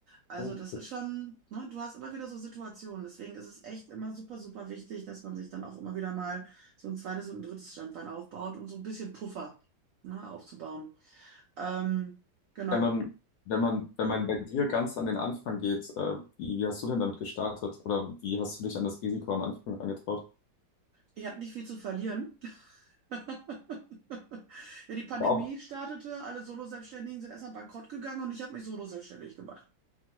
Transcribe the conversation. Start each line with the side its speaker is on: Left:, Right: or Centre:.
Right: Also
Left: oh.
Right: das ist schon, ne, du hast immer wieder so Situationen. Deswegen ist es echt immer super, super wichtig, dass man sich dann auch immer wieder mal so ein zweites und ein drittes Standbein aufbaut, um so ein bisschen Puffer, ne, aufzubauen. Ähm, genau.
Left: Wenn man, wenn man, wenn man bei dir ganz an den Anfang geht, äh, wie, wie hast du denn damit gestartet? Oder wie hast du dich an das Risiko am Anfang angetraut?
Right: Ich habe nicht viel zu verlieren. <laughs> Ja, die Pandemie
Left: Auch
Right: startete, alle Solo-Selbstständigen sind erstmal bankrott gegangen und ich habe mich solo-selbstständig gemacht.